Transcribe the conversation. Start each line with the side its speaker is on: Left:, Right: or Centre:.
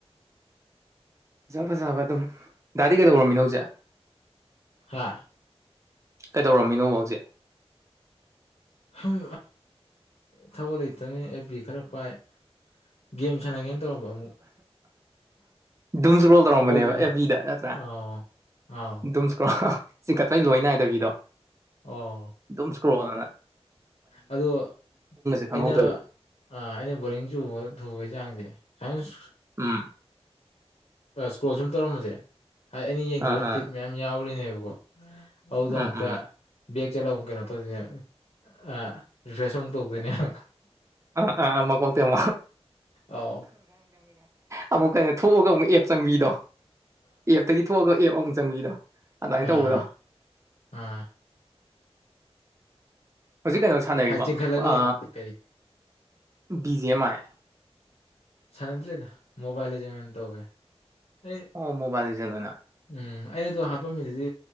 Right: ꯐꯖ ꯐꯖꯕ ꯑꯗꯨꯝ ꯗꯥꯗꯤ ꯀꯩꯗꯧꯔꯝꯃꯤꯅꯣ ꯍꯧꯖꯤꯛ
Left: ꯍꯥꯥ
Right: ꯀꯩꯗꯧꯔꯝꯃꯤꯅꯣꯕ ꯍꯧꯖꯤꯛ
Left: ꯁꯨꯝ ꯊꯕꯛ ꯂꯩꯇꯕꯅꯤꯅ ꯑꯦꯐ ꯕꯤ ꯈꯔ ꯄꯥꯏ ꯒꯦꯝ ꯁꯥꯟꯅꯒꯦꯅ ꯇꯧꯔꯝꯕ ꯑꯃꯨꯛ
Right: ꯗꯨꯝꯁꯔꯣꯜ ꯇꯧꯔꯝꯕꯅꯦꯕ
Left: ꯊꯕꯛꯁꯤ
Right: ꯑꯦꯐ ꯕꯤꯗ ꯅꯠꯇ꯭ꯔ
Left: ꯑꯥꯎ ꯑꯥꯎ
Right: ꯗꯨꯝꯁꯀ꯭ꯔꯣꯜ ꯆꯤꯡꯈꯠꯂꯩ ꯂꯣꯏ ꯅꯥꯏꯗꯕꯤꯗꯣ
Left: ꯑꯣ
Right: ꯗꯨꯝꯏꯁꯀ꯭ꯔꯣꯜꯅ
Left: ꯑꯗꯣ
Right: ꯈꯪꯍꯧꯗꯕꯤ
Left: ꯑꯩꯅ ꯑꯩꯅ ꯕꯣꯔꯤꯡ ꯆꯨꯕ ꯊꯨꯕꯩ ꯆꯥꯡꯁꯦ ꯑꯁ
Right: ꯎꯝ
Left: ꯏꯁꯀ꯭ꯔꯣꯜ ꯁꯨꯝ ꯇꯧꯔꯝꯕꯁꯦ ꯍꯥꯏꯗꯤ ꯑꯩꯅ ꯌꯦꯡꯗ꯭ꯔꯤꯕ
Right: ꯑꯥ ꯑꯥ
Left: ꯐꯤꯠ ꯃꯌꯥꯝ ꯌꯥꯎꯔꯤꯅꯦꯕꯀꯣ ꯑꯗꯨꯏꯗꯣ
Right: ꯎꯝ
Left: ꯑꯃꯨꯛꯀꯥ
Right: ꯎꯝ
Left: ꯆꯠꯂ ꯑꯃꯨꯛ ꯀꯩꯅꯣ ꯇꯧꯗꯣꯏꯅꯦꯕ ꯑ ꯔꯤꯐ꯭ꯔꯦꯁ ꯑꯃꯨꯛ ꯇꯧꯗꯣꯏꯅꯦꯕ
Right: ꯑ ꯑ ꯃꯀꯣꯛꯇꯩ ꯑꯃꯨꯛ
Left: ꯑꯧ
Right: ꯑꯃꯨꯛ ꯀꯩꯅꯣ ꯊꯣꯛꯑꯒ ꯑꯃꯨꯛ ꯑꯦꯞ ꯆꯪꯕꯤꯗꯣ ꯑꯦꯞꯇꯒꯤ ꯊꯣꯛꯑꯒ ꯑꯦꯞ ꯑꯃꯨꯛ ꯆꯪꯕꯤꯗꯣ ꯑꯗꯨꯃꯥꯏꯅ
Left: ꯑꯝ
Right: ꯇꯧꯕꯗꯣ
Left: ꯑꯝ
Right: ꯍꯧꯖꯤꯛ ꯀꯩꯅꯣ ꯁꯥꯟꯅꯔꯤꯕꯣ
Left: ꯍꯥꯏ ꯆꯤꯡꯈꯠꯂꯒ
Right: ꯑ
Left: ꯌꯦꯡ ꯀꯩ
Right: ꯕꯤ ꯖꯤ ꯑꯦꯝ ꯑꯥꯏ
Left: ꯁꯅꯗ꯭ꯔꯦꯗ ꯃꯣꯕꯥꯏꯜ ꯂꯤꯖꯦꯟ ꯑꯣꯏꯅ ꯇꯧꯋꯦ ꯑꯩ
Right: ꯑꯣ ꯃꯣꯕꯥꯏꯜ ꯂꯤꯖꯦꯟ ꯑꯣꯏꯅ
Left: ꯎꯝ ꯑꯩ ꯑꯗꯨ ꯍꯥꯟꯅ ꯐꯐꯝ ꯃꯤꯗꯨꯗꯤ